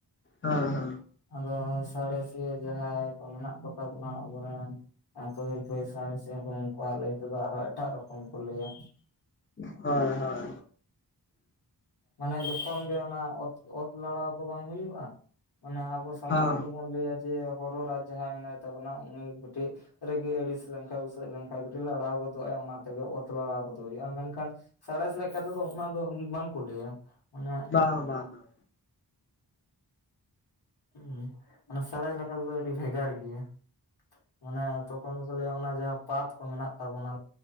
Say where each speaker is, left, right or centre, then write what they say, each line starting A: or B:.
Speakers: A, on the left; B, on the left.
A: ᱦᱮᱸ
B: <inaudible>
A: ᱦᱮᱸ
B: ᱟᱫᱚ ᱥᱟᱲᱮᱥᱤᱭᱟ. ᱡᱟᱦᱟᱸᱭ ᱠᱚ ᱢᱮᱱᱟᱜ ᱠᱚᱛᱟ ᱵᱚᱱᱟ ᱟᱵᱚᱨᱮᱱ ᱯᱟᱹᱦᱤᱞ <unintelligible> ᱩᱱᱠᱩᱣᱟᱜ ᱞᱟᱹᱭ ᱛᱮᱫᱚ ᱟᱨᱦᱚᱸ ᱮᱴᱟᱜ ᱨᱚᱠᱚᱢ ᱠᱚ ᱞᱟᱹᱭᱟ᱾
A: ᱦᱳᱭ ᱦᱳᱭ᱾
B: ᱢᱟᱱᱮ ᱡᱚᱠᱷᱚᱱ ᱜᱮ ᱚᱱᱟ ᱚᱛ ᱚᱛ ᱞᱟᱲᱟᱣ ᱠᱚ ᱵᱟᱝ ᱦᱚᱭᱩᱜᱼᱟ ᱢᱟᱱᱮ ᱟᱵᱚ ᱥᱟᱱᱛᱟᱲ
A: ᱦᱮᱸ
B: ᱫᱚᱵᱚᱱ ᱞᱟᱹᱭᱟ ᱡᱮ ᱦᱚᱨᱚ ᱨᱟᱡᱽ ᱡᱟᱦᱟᱸᱭ ᱢᱮᱱᱟᱭ ᱛᱟᱵᱚᱱᱟ ᱩᱱᱤ ᱠᱟᱹᱴᱤᱡ ᱨᱟᱜᱤ ᱟᱹᱲᱤᱥ ᱞᱮᱱᱠᱟᱱᱡ ᱩᱥᱟᱹᱜ ᱞᱮᱱᱠᱟᱱᱡ ᱠᱟᱹᱴᱤᱡ ᱞᱟᱲᱟᱣ ᱜᱚᱫᱚᱜᱼᱟᱭ ᱚᱱᱟ ᱛᱮᱜᱮ ᱚᱛ ᱞᱟᱲᱟᱣ ᱠᱚᱫᱚ ᱦᱩᱭᱩᱜᱼᱟ ᱢᱮᱱᱠᱷᱟᱱ ᱥᱟᱬᱮᱥ ᱞᱮᱠᱟ ᱛᱮᱫᱚ ᱚᱱᱟ ᱫᱚ ᱵᱟᱝᱠᱚ ᱞᱟᱹᱭᱟ, ᱚᱱᱮ
A: ᱵᱟᱝ ᱵᱟᱝ ᱵᱟᱝ᱾
B: ᱦᱩᱸ ᱚᱱᱟ ᱥᱟᱲᱮᱥ ᱞᱮᱠᱟ ᱛᱮᱫᱚ ᱟᱹᱰᱤ ᱵᱷᱮᱜᱟᱨ ᱜᱮᱭᱟ᱾ ᱢᱟᱱᱮ ᱛᱚᱠᱷᱚᱱ ᱫᱚᱠᱚ ᱞᱟᱹᱭᱟ ᱚᱱᱟ ᱡᱟᱦᱟᱸ ᱯᱟᱛ ᱠᱚ ᱢᱮᱱᱟᱜ ᱛᱟᱵᱚᱱᱟ